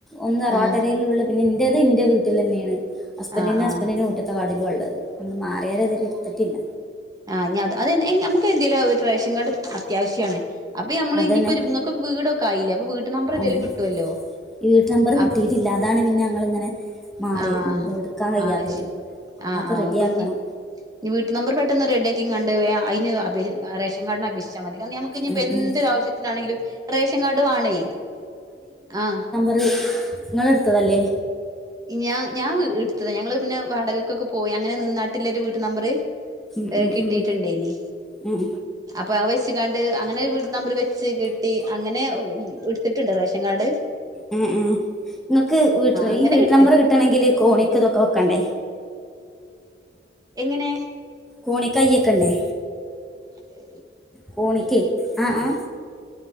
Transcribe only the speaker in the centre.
ഒന്ന്തറവാട്ടേരേലും
ഉള്ള പിന്നെ എന്റേത് എന്റെ വീട്ടിൽ തന്നെയാണ് ഹസ്ബൻറിും
ഹസ്ബൻഡറിന്റെ
കൂട്ടത്തെ വാടിലും ഉള്ളത് അൾ മാറിയാരെ ഇടുത്തിട്ടില്ല
അതന്നെ
അതെ
ഈ വീട്ട നമ്പർ കിട്ടിയിട്ടില്ലാതാണ്
പിന്നെ ഞങ്ങൾിങ്ങനെ മാറി
എടുക്കാൻ കഴിയാത്തത്
അതൊക്കെ
റെഡിയാക്കണം
ഉം
ഉം
നിങ്ങള എടുത്തതല്ലേ
ഉം
ഉം
ഉം ഉം
ഉം ഉ നിങ്ങക്ക് വട്ട
ഈ വീട്ട്
നമ്പർ കിട്ടണമെങ്കില് കോണിക്ക് ഇതൊക്കെ വെക്കണ്ടേ
കോണിിക്കയ്യക്കണ്ടേ
കോണക്ക് ആ ആ